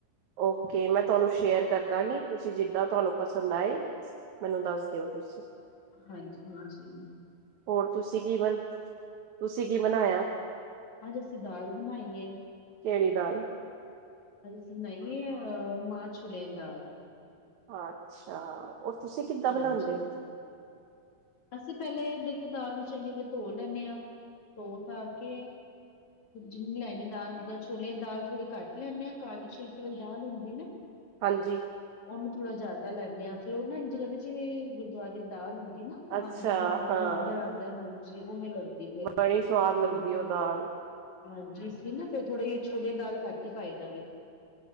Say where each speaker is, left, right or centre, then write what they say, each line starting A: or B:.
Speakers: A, on the right; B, on the left.
A: ਓਕੇ ਮੈਂ ਤੁਹਾਨੂੰ ਸ਼ੇਅਰ ਕਰਦਾਂਗੀ, ਤੁਸੀਂ ਜਿੱਦ ਦ ਤੁਹਾਨੂੰ ਪਸੰਦ ਆਏ, ਮੈਨੂੰ ਦੱਸ ਓ ਤੁਸੀਂ,
B: ਹਾਂਜੀ-ਹਾਂਜੀ
A: ਹੋਰ ਤੁਸੀਂ ਕੀ ਤੁਸੀਂ ਕੀ ਬਨਾਇਆ?
B: ਅੱਜ ਅਸੀਂ ਦਾਲ ਬਣਾਈਏ।
A: ਕਿਹੜੀ ਦਾਲ?
B: ਅਜ ਆਸੀ ਬਨਾਈ ਅ ਮਾਹ-ਛੋਲੇ ਦੀ ਦਾਲ
A: ਅੱਛਾ, ਔਰ ਤੁਸੀਂ ਕਿੱਦਾਂ
B: ਹਾਂਜੀ
A: ਬਣਾਉਦੇ ਹੋ?
B: ਅਸੀਂ ਪਹਿਲੇ ਦੇਖੋ, ਦਾਲ ਨੂੰ ਚੰਗੀ ਤਰ੍ਹਾਂ ਧੋ ਲੈਂਦੇ ਹਾਂ ਧੋ ਧਾ ਕੇ ਜਿ ਲੈਣੀ ਦਾਲ ਮਤਲਬ, ਛੋਲਿਆਂ ਦੀ ਦਾਲ ਥੋੜੀ ਘੱਟ ਲੈਂਦੇ, ਆ ਕਾਲੀ ਛਿਲਕੇ ਵਾਲੀ ਦਾਲ ਹੁੰਦੀ ਨਾ
A: ਹਾਂਜੀ
B: ਉਹਨੂੰ ਥੋੜਾ ਜਿਆਦਾ ਲੈਂਨੇ ਆ, ਫੇਰ ਉਹ ਨਾ ਇੰਝ ਜਗਦੇ ਚ ਵੀ ਗੁਰਦੁਆਰੇ ਚ ਦਾਲ ਹੁੰਦੀ ਨਾ ਮਨ
A: ਅੱਛਾ
B: ਦੀ ਗੁਰਦੁਆਰੇ
A: ਹਾਂ
B: ਲੰਗਰ ਆਦਾ, ਹਾਂਜੀ ਉਵੇਂ ਲੱਗਦੀ ਫਿਰ
A: ਬੜੀ ਸਵਾਦ ਲੱਗਦੀ
B: ਇਸ ਲਈ
A: ਉਹ ਦਾਲ
B: ਹਾਂਜੀ ਇਸ ਲਈ ਨਾ ਫੇਰ, ਥੋੜੇ ਜੀ ਛੋਲੇ ਦਾਲ ਘੱਟ ਹੀ ਪਾਈ ਦੇਵੇ